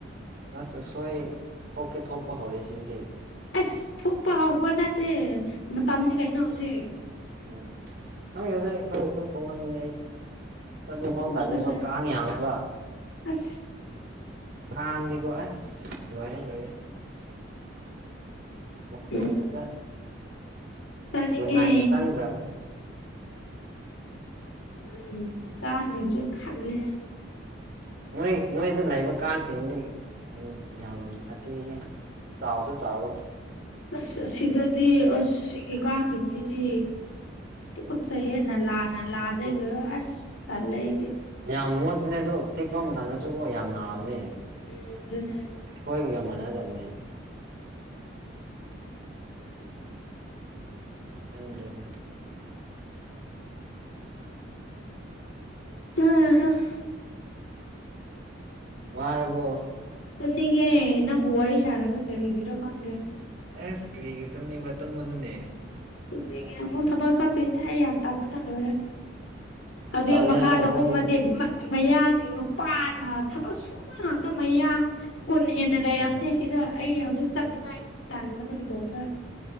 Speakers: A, on the right; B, on the left.
A: ꯑꯁ ꯑꯁꯣꯏ ꯊꯣꯛꯇꯤ ꯊꯣꯛꯄ ꯍꯧꯔꯦ ꯁꯤꯗꯥꯗꯤ
B: ꯑꯁ ꯊꯣꯛꯄ ꯍꯧꯕ ꯅꯠꯇꯦ ꯃꯇꯝꯅꯤ ꯀꯩꯅꯣ ꯍꯧꯖꯤꯛ
A: ꯎꯝ ꯈꯪꯗꯦꯗ ꯑꯩ ꯈꯔꯁꯣꯏ ꯊꯣꯛꯂꯝꯒꯅꯤ ꯑꯩ ꯆꯠꯄꯐꯥꯎ
B: ꯑꯁ
A: ꯇꯜꯂꯦꯕ
B: ꯎꯁꯣꯏ ꯆꯥꯅꯤꯡ
A: ꯀꯥꯡ ꯌꯥꯝꯃꯦꯕ
B: ꯑꯁ
A: ꯀꯥꯥꯡꯗꯤꯀꯣ ꯑꯁ ꯂꯣꯏꯔꯦ ꯂꯣꯏꯔꯦ ꯃꯈꯣꯟ
B: ꯎꯝ
A: ꯉꯥꯛꯇ
B: ꯆꯥꯅꯤꯡꯉꯦ
A: ꯒꯨꯟꯅꯥꯏꯒꯥ ꯆꯪꯗ꯭ꯔꯕꯅꯦ
B: ꯎꯝ ꯀꯥꯡꯖꯤꯡꯁꯨ ꯈꯥꯠꯂꯦ
A: ꯅꯣꯏ ꯅꯣꯏꯗ ꯂꯩꯕ ꯀꯥꯡꯁꯤꯗꯤ ꯌꯥꯝ ꯁꯥꯊꯤꯍꯦ ꯆꯥꯎꯁꯦ ꯆꯥꯎꯋꯦ
B: ꯑꯁ ꯑꯁꯤꯗꯗꯤ ꯑꯁ ꯁꯤꯒꯤ ꯀꯥꯡꯁꯤꯡꯁꯤꯗꯤ ꯇꯨꯀꯠꯆꯩꯁꯦ ꯅꯂꯥ ꯅꯂꯥ ꯗꯥꯒꯤꯔꯣ ꯑꯁ ꯇꯜꯂꯦ ꯑꯩꯗꯤ
A: ꯌꯥꯝ ꯃꯣꯠꯄꯅꯦ ꯑꯗꯣ ꯆꯤꯛꯄ ꯃꯇꯝꯗꯁꯨ ꯀꯣ ꯌꯥꯝ ꯅꯥꯕꯅꯦ
B: ꯎꯝ ꯑꯗꯨꯅꯦ
A: ꯑꯩꯈꯣꯏꯒꯤꯒ ꯃꯥꯟꯅꯗꯕꯅꯦ ꯈꯪꯗ꯭ꯔꯦꯗ
B: <unintelligible>
A: ꯋꯥꯔꯥꯕꯣ
B: ꯇꯨꯝꯅꯤꯡꯉꯦ ꯅꯪꯕꯨ ꯋꯥꯔꯤ ꯁꯥꯔꯒ ꯀꯔꯤꯒꯤꯔꯣ ꯈꯪꯗꯦ
A: ꯑꯦꯁ ꯀꯔꯤꯒꯤ ꯇꯨꯝꯅꯤꯡꯕ꯭ꯔꯥ ꯇꯝꯒꯅꯨꯅꯦ
B: ꯇꯨꯝꯅꯤꯡꯉꯦ ꯑꯃꯨꯛ ꯊꯕꯛ ꯆꯠꯇꯣꯏꯅꯦ ꯑꯩ ꯌꯥꯝ ꯇꯥꯟꯕꯅ ꯂꯣꯏꯔꯦ ꯍꯧꯖꯤꯛ
A: ꯇꯜꯂꯦ
B: ꯃꯈꯥꯗ
A: ꯍꯥꯏꯅ ꯑꯗꯨꯝ
B: ꯀꯨꯝꯃꯗꯤ
A: ꯇꯨꯝ
B: ꯃꯌꯥꯡꯒꯤ ꯅꯨꯄꯥꯅ ꯊꯕꯛ ꯁꯨꯕ ꯉꯥꯛꯇ ꯃꯌꯥꯡ ꯀꯨꯟ ꯍꯦꯟꯅ ꯂꯩꯔꯝꯅꯦ
A: ꯎꯝ
B: ꯁꯤꯗ ꯑꯩ ꯍꯧꯖꯤꯛ ꯆꯠꯅꯤꯡꯉꯥꯏ ꯇꯥꯟꯕꯗꯣ ꯏꯇꯣꯝꯇꯥ